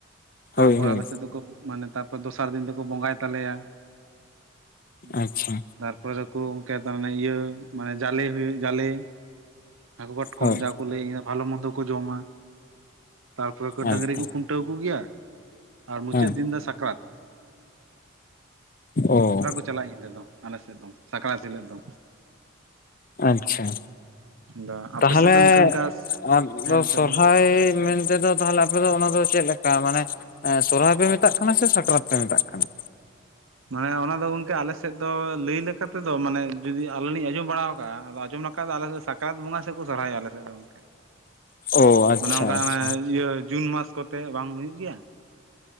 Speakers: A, on the right; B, on the left.
A: ᱛᱟᱨᱯᱚᱨᱮ
B: ᱦᱳᱭ ᱦᱳᱭ
A: ᱟᱞᱮ ᱥᱮᱫ ᱫᱚᱠᱚ ᱢᱟᱱᱮ ᱛᱟᱨᱯᱚᱨ ᱫᱚᱥᱟᱨ ᱫᱤᱱ ᱫᱚᱠᱚ ᱵᱚᱸᱜᱟᱭ ᱛᱟᱞᱮᱭᱟ ᱩᱸ
B: ᱟᱪᱪᱷᱟ
A: ᱛᱟᱨ ᱯᱚᱨ ᱫᱚᱠᱚ ᱚᱢᱠᱮ ᱛᱟᱢᱱᱮ ᱤᱭᱟᱹ ᱢᱟᱱᱮ ᱡᱟᱞᱮ ᱦᱩᱭᱩᱜ ᱡᱟᱞᱮ ᱦᱟᱹᱠᱩ ᱠᱟᱴᱠᱚᱢ
B: ᱦᱳᱭ
A: ᱡᱟ ᱼᱼ ᱠᱚ ᱞᱟᱹᱭ ᱤᱧ ᱵᱷᱟᱞᱚ ᱢᱚᱱᱫᱚ ᱠᱚ ᱡᱚᱢᱟ ᱛᱟᱨᱯᱚᱨᱮ ᱠᱚ ᱰᱟᱹᱝᱨᱤ
B: ᱟᱪᱪᱷᱟ
A: ᱠᱚ ᱠᱷᱩᱱᱴᱟᱹᱣ ᱠᱚᱜᱮᱭᱟ ᱟᱨ ᱢᱩᱪᱟᱹᱫ
B: ᱦᱮᱸ
A: ᱫᱤᱱ ᱫᱚ ᱥᱟᱠᱨᱟᱛ
B: ᱚ
A: ᱪᱟᱞᱟᱜ ᱧᱤᱫᱟ. ᱫᱚ ᱟᱞᱮ ᱥᱮᱫ ᱫᱚ ᱥᱟᱠᱨᱟᱛ ᱦᱤᱞᱳᱜ ᱫᱚ
B: ᱟᱪᱪᱷᱟ
A: ᱟᱫᱚ ᱟᱯᱮ
B: ᱛᱟᱦᱞᱮ
A: ᱥᱮᱫ ᱫᱚ ᱤᱱᱠᱟᱹ ᱚᱱᱠᱟ
B: ᱟᱫᱚ
A: ᱦᱮᱸ ᱚᱱᱠᱟ
B: ᱥᱚᱨᱦᱟᱭ
A: ᱞᱟᱹᱭ
B: ᱢᱮᱱᱛᱮᱫᱚ ᱛᱟᱦᱞᱮ ᱟᱯᱮ ᱫᱚ ᱚᱱᱟ ᱫᱚ ᱪᱮᱫ ᱞᱮᱠᱟ ᱢᱟᱱᱮ ᱥᱚᱨᱦᱟᱭ ᱯᱮ ᱢᱮᱛᱟᱜ ᱠᱟᱱᱟ ᱥᱮ ᱥᱟᱠᱨᱟᱛ ᱯᱮ ᱢᱮᱛᱟᱜ ᱠᱟᱱᱟ
A: ᱢᱟᱱᱮ ᱚᱱᱟ ᱫᱚ ᱜᱚᱝᱠᱮ ᱟᱞᱮᱥᱮᱫ ᱫᱚ ᱞᱟᱹᱭ ᱞᱮᱠᱟ ᱛᱮᱫᱚ ᱢᱟᱱᱮ ᱡᱩᱫᱤ ᱟᱞᱮ ᱞᱤᱧ ᱟᱸᱡᱚᱢ ᱵᱟᱲᱟ ᱟᱠᱟᱫᱼᱟ ᱟᱫᱚ ᱟᱸᱚᱢ ᱟᱫᱚ ᱟᱞᱮ ᱫᱚ ᱥᱟᱠᱨᱟᱛ ᱵᱚᱸᱜᱟ ᱥᱮᱫ ᱠᱚ ᱥᱚᱨᱦᱟᱭ ᱟᱞᱮ ᱥᱮᱫ ᱫᱚ ᱜᱠᱮ
B: ᱚ ᱟᱪᱪᱷᱟ
A: ᱢᱟᱱᱮ ᱚᱱᱠᱟ
B: ᱟᱪᱪᱷᱟ
A: ᱤᱭᱟᱹ ᱡᱩᱱ ᱢᱟᱥ ᱠᱚᱛᱮ ᱵᱟᱝ ᱦᱩᱭᱩᱜ ᱜᱮᱭᱟ